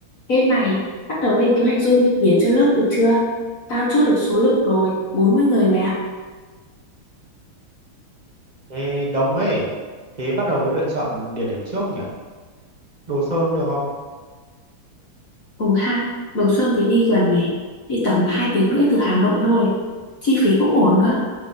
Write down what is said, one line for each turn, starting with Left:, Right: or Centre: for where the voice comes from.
Left: Ê mày, bắt đầu lên kế hoạch du lịch biển cho lớp được chưa? Tao chốt được số lượng rồi, 40 người mày ạ.
Right: Ê, đông ấy. Thế bắt đầu với việc chọn địa điểm trước nhỉ? Đồ Sơn được không?
Left: Ừ ha, Đồng Xuân thì đi gần này, đi tầm 2 tiếng rưỡi từ Hà Nội thôi. Chi phí cũng ổn nữa.